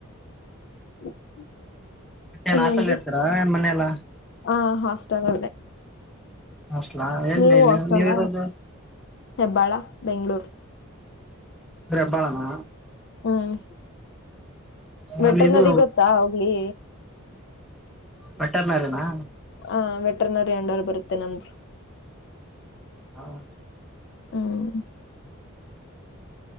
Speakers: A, on the left (about 55°); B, in the centre.
A: <unintelligible>
B: ಮತೇನು
A: ಇನ್ನೇನ್ರಿ
B: ಹಾಸ್ಟೆಲ್ ಏನ್ ಮನೇಲ
A: ಹ ಹಾಸ್ಟೆಲ್ ಅಲ್ಲೇ
B: ಅಸ್ಲಾ ಎಲ್ಲಿ
A: ನೀವು
B: ನೀ
A: ಹಾಸ್ಟೆಲ್ಲ
B: ನೀವರೋದು
A: ಹೆಬ್ಬಾಳ ಬೆಂಗ್ಗಳೂರು
B: ಹೆಬ್ಬಾಳಾನ
A: ಹ್ಮ್ ವೆಟ್ರನರಿ
B: ಅಲ್ಲಿ ಇದು
A: ಗೊತ್ತಾ ಹೋಗ್ಲಿ
B: ವೇಟ್ಟರ್ನಾರನಾ
A: ಹ ವೆಟ್ರನರಿ ಅಂಡವ ಬರುತ್ತೆ ನಮ್ದು
B: ಹೌ <unintelligible>
A: ಹ್ಮ್